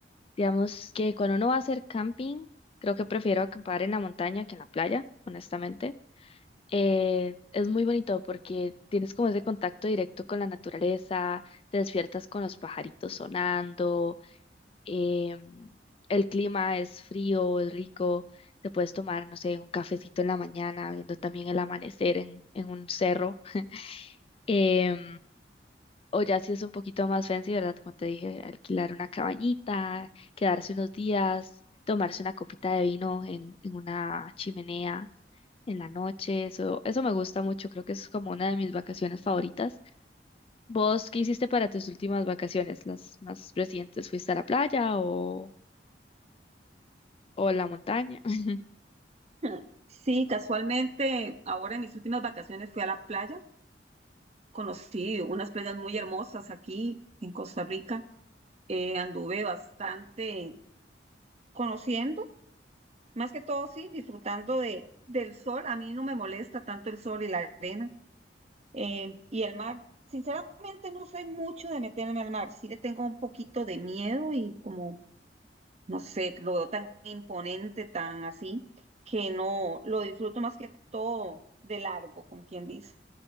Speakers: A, on the left; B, on the right.
A: Digamos que cuando uno va a hacer camping, creo que prefiero acampar en la montaña que en la playa, honestamente. eh, es muy bonito porque tienes como ese contacto directo con la naturaleza, te despiertas con los pajaritos sonando, em, el clima es frío, es rico, te puedes tomar, no sé, un cafecito en la mañana, viendo también el amanecer en, en un cerro. em, o ya si es un poquito más fancy, ¿verdad? Como te dije, alquilar una cabañita, quedarse unos días, tomarse una copita de vino en, en una chimenea en la noche, eso, eso me gusta mucho, creo que es como una de mis vacaciones favoritas. ¿Vos qué hiciste para tus últimas vacaciones, las más recientes? ¿Fuiste a la playa o, o a la montaña? <laughs>
B: <laughs> Sí, casualmente, ahora en mis últimas vacaciones fui a la playa conocí unas playas muy hermosas aquí en Costa Rica. Eh, anduve bastante conociendo, más que todo sí, disfrutando de, del sol. A mí no me molesta tanto el sol y la arena eh, y el mar. Sinceramente no soy mucho de meterme al mar, sí le tengo un poquito de miedo y como, no sé, lo veo tan imponente, tan así, que no lo disfruto más que todo de largo, como quien dice.